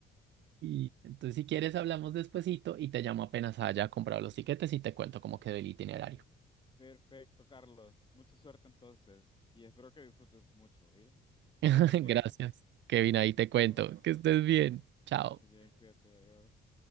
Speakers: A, on the right; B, on the left.
A: Y entonces, si quieres, hablamos despuesito y te llamo apenas haya comprado los tiquetes y te cuento cómo quedó el itinerario.
B: Perfecto, Carlos. Mucha suerte entonces y espero que disfrutes mucho, ¿ves?
A: <laughs>
B: Cuídate.
A: Gracias, Kevin, ahí te
B: Nos Igual.
A: cuento.
B: vemos.
A: Que estés bien. Chao.
B: Que estés bien, cuídate, adiós.